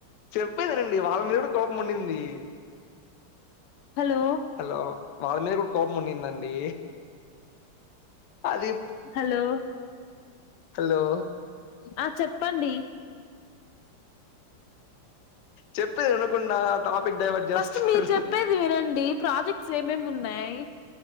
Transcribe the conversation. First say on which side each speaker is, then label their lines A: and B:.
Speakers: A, on the left (about 60°); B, on the left (about 80°).
A: చెప్పేదిఇనండి వాళ్ళ మీద కూడా కోపం ఉండింది.
B: హలో
A: హలో వాళ్ళ మీద కూడా కోపం ఉండిందండి అది
B: హలో
A: హలో
B: ఆ చెప్పండి.
A: చెప్పేది వినకుండా ఆ టాపిక్ డైవర్ట్ చేస్తారు.
B: ఫస్ట్ మీరు చెప్పేది వినండి ప్రాజెక్ట్స్ ఏమేమి ఉన్నాయి.